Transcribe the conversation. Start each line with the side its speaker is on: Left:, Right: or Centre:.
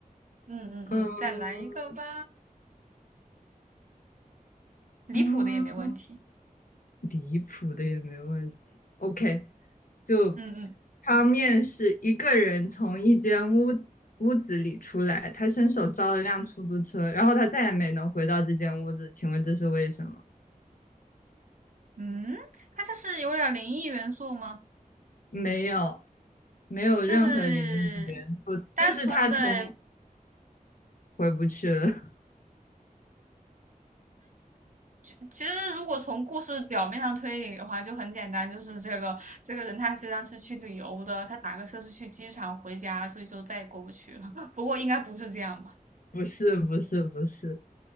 Right: 嗯嗯嗯，
Left: 嗯
Right: 再来一个吧。离谱的也没问题。
Left: 嗯，离谱的也没问题，OK。就
Right: 嗯嗯
Left: 他面试一个人从一间屋屋子里出来，他伸手招了辆出租车，然后他再也没能回到这间屋子。请问这是为什么？
Right: 嗯，他这是有点灵异元素吗？
Left: 没有，没有任何灵异元素，
Right: 就是单纯的，
Left: 就是他从回不去了。
Right: 就其实如果从故事表面上推理的话，就很简单，就是这个这个人他实际上是去旅游的，他打个车是去机场回家，所以就再也过不去了。<laughs> 不过应该不是这样吧？
Left: <laughs> 不是，不是，不是，